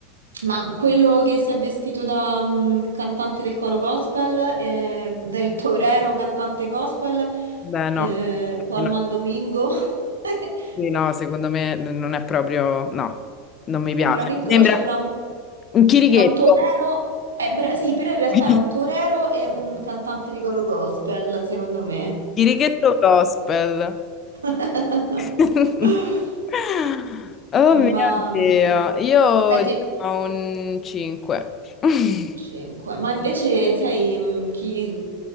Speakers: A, on the right; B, on the left.
A: Ma quello che si è vestito da mm, cantante del coro gospel, eh, del torero cantante gospel,
B: Beh,
A: eh,
B: no.
A: Colman
B: No.
A: Domingo, <laughs>
B: Sì, no, secondo me n- non è proprio, no, non mi piace.
A: sembra un incrocio
B: Mi sembra
A: fra un,
B: un chirichetto.
A: fra un torero... Eh, bra- sì, però in realtà
B: <laughs>
A: è un torero e un cantante di coro gospel, secondo me.
B: Chirichetto gospel.
A: <laughs>
B: <laughs> Oh mio
A: Ma mh,
B: Dio, io
A: senti,
B: gli do un 5. <laughs>
A: 5. Ma invece sai mh, chi